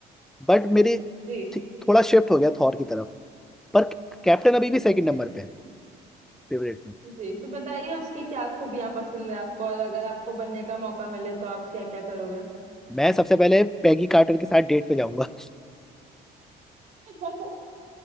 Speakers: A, in the centre; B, on the right.
A: बट मेरी
B: जी
A: थी- थोड़ा शिफ्ट हो गया थॉर की तरफ पर कैप्टन अभी भी सेकंड
B: जी
A: नंबर पे है फेवरेट में
B: जी तो बताइए उसकी क्या खूबियां पसंद है आपको और अगर आपको बनने का मौका मिले तो आप क्या क्या करोगे
A: मैं सबसे पहले पैगी कार्टर के साथ डेट पे जाऊंगा
B: <laughs>